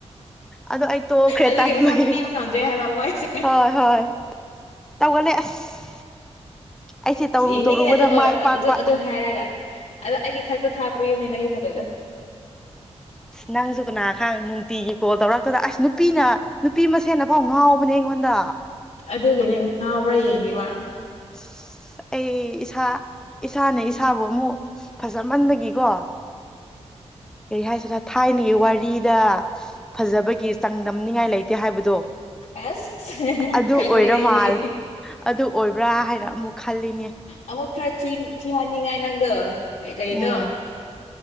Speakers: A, in the centre; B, on the left (about 80°).
A: ꯑꯗꯣ ꯑꯩ ꯇꯣꯛꯈ꯭ꯔꯦ
B: ꯑꯗꯨꯒꯤ
A: ꯇꯟꯕꯒꯤ
B: ꯄꯩꯁꯥ ꯄꯤꯕ ꯉꯝꯗ꯭ꯔꯦ ꯍꯥꯏꯕ ꯃꯣꯏꯁꯦ
A: ꯍꯣꯏ ꯍꯣꯏ ꯇꯧꯒꯂꯦ ꯑꯁ ꯑꯩꯁꯦ ꯇꯧꯔꯨ
B: ꯌꯦꯡꯅꯤꯡꯏꯅꯦ
A: ꯇꯧꯔꯨꯕꯗ
B: ꯑꯗꯨ
A: ꯃꯥꯏ ꯄꯥꯛꯄ
B: ꯑꯗꯨ ꯑꯗꯨ ꯍꯥꯏꯔꯒ ꯑꯗꯣ ꯑꯩꯒꯤ ꯈꯛꯇ ꯊꯥꯕꯌꯨꯅꯦ ꯅꯪꯒꯤ ꯐꯣꯇꯣꯗꯣ
A: ꯑꯁ ꯅꯪꯁꯨ ꯀꯅꯥ ꯈꯥꯡ ꯅꯨꯡꯇꯤꯒꯤ ꯀꯣꯜ ꯇꯧꯔꯛꯇꯗꯅ ꯑꯁ ꯅꯨꯄꯤꯅ ꯅꯨꯄꯤ ꯃꯁꯦꯅ ꯥꯎ ꯉꯥꯎꯕꯅꯦ ꯑꯩꯉꯣꯟꯗ
B: ꯑꯗꯨꯒꯤꯅꯦ ꯉꯥꯎꯕ꯭ꯔꯥ ꯌꯦꯡꯒꯤꯕ
A: ꯑꯁ ꯑꯩ ꯏꯁꯥ ꯏꯁꯥꯅ ꯏꯁꯥꯕꯨ ꯑꯃꯨꯛ ꯐꯖꯃꯟꯕꯒꯤꯀꯣ ꯀꯔꯤ ꯍꯥꯏꯁꯤꯅ ꯊꯥꯏꯅꯒꯤ ꯋꯥꯔꯤꯗ ꯐꯖꯕꯒꯤ ꯆꯥꯡꯗꯝꯅꯤꯉꯥꯏ ꯂꯩꯇꯦ ꯍꯥꯏꯕꯗꯣ
B: ꯑꯁ
A: ꯑꯗꯨ
B: ꯈꯪꯗ꯭ꯔꯦꯅꯦ
A: ꯑꯣꯏꯔ
B: ꯑꯩꯗꯤ
A: ꯃꯥꯜ ꯑꯗꯨ ꯑꯣꯏꯕ꯭ꯔꯥ ꯍꯥꯏꯅ ꯑꯃꯨꯛ ꯈꯜꯂꯤꯅꯦ
B: ꯑꯃꯨꯛ ꯈꯔ ꯊꯤꯍꯟꯅꯤꯡꯉꯥꯏ ꯅꯪꯗ ꯀꯩ ꯀꯩꯅꯣ
A: ꯎꯝ